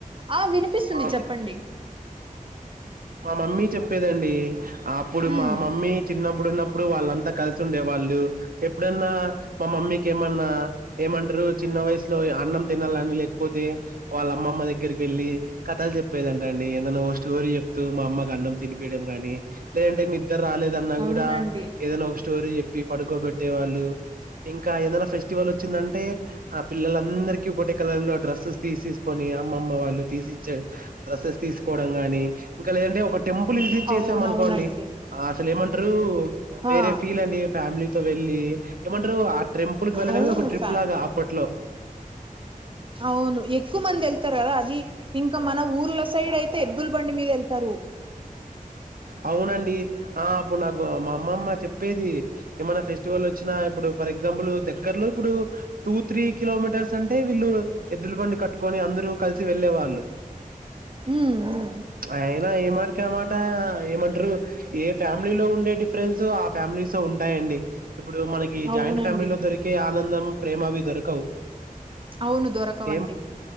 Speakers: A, on the right; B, on the right.
A: ఆ వినిపిస్తుంది
B: మా
A: చెప్పండి
B: మా మమ్మీ చెప్ ప్పేదండి అప్పుడు
A: ఉమ్
B: మా మమ్మీ చిన్న ప్పుడు ఉన్నప్పుడు వాళ్ళంతా కలిసి ఉండే వాళ్ళు ఎప్పుడన్నా మా మమ్మీకి ఏమన్నా ఏమంటారు చిన్న వయస్ అన్నం తినాలని లేకపోతే వాళ్ళ అమ్మమ్మ దగ్గరికి వెళ్ళి కథాలు చెప్పేదంట అండి ఏదనా ఒ స్టో రి చెప్తూ మా అమ్మకి అన్నం తినిపియడం కానీ లేదంటే ని ద్దరాలేదన్నా
A: అవునండి
B: కూడా ఏదనా ఒక స్టోరీ చెప్ ప్పి పడుకోబెట్టే వాళ్ళు ఇంకా ఏదైనా ఫెస్టివల్ వచ్చిందంటే అప్ పిల్లలందరికీ ఒకటే కలర్ లో డ్రస్సెస్ తీసేసుకొని అమ్మమ్మ వాళ్ళు తీసిచ్చే డ్రెస్సెస్ తీసు కోవడం గాని ఇంకా లేదంటే ఒక టెంపుల్ విజిట్ చేసాం
A: అవునవునండి
B: అనుకోండి అసలు ఏమంటరు వేరే
A: ఆ
B: ఫీల్ అండి ఫ్యామిలీ వెళ్ళి ఏమంట్రు ఆ ట్రెంపుల్ కి వెళ్ళడమే
A: అవును
B: ఒక ట్రిప్
A: ఫ్యా
B: లాగా అప్పట్లో
A: అవును ఎక్కువ మంది వెళ్తారు కదా అది ఇంకా మన ఊ ఊర్ల సైడ్ అయితే ఎద్దుల బండి మీద వెళ్తారు
B: అవునండి ఆ అప్పుడు నాకు మా అమ్మమ్మ చెప్పేది ఏమైనా ఫెస్టివల్ వచ్చినా ఇప్పుడు ఫర్ ఎగ్జాంపుల్ దగ్గరలో ఇప్పుడు టూ త్రీ కిలోమీటర్స్ అంటే వీళ్ళు ఎద్దులు బండి కట్టుకొని అం దరూ కలిసి వెళ్ళేవాళ్ళు
A: ఉమ్ ఉమ్
B: ప్చ్ అయినా ఏమాటకామాట ఏమంట్రు ఏ ఫ్యామిలీ లో ఉండే డిఫరెన్స్ ఆ ఫ్యామిలీస్ లో ఉంటాయండి ఇప్పుడు మనకి
A: అవునండి
B: జాయింట్ ఫ్యామిలీలో దొరికే ఆనందం ప్రేమ అవి దొరకవు
A: అవును దొరకవండి
B: ఏం